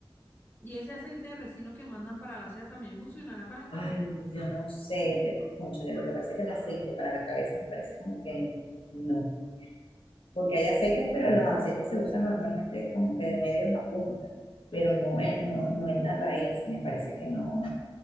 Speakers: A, on the left; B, on the left.
A: ¿Y ese aceite de resino que mandan para la seda también funcionará para el cabello?
B: Ay, yo no sé, pero, cónchale, lo que pasa es que el aceite para la cabeza me parece como que no. Porque hay aceites, pero los aceites se usan normalmente como que de medio en la punta, pero
A: A ver,
B: no,
A: si-
B: en- no, no en la raíz. Me parece que no,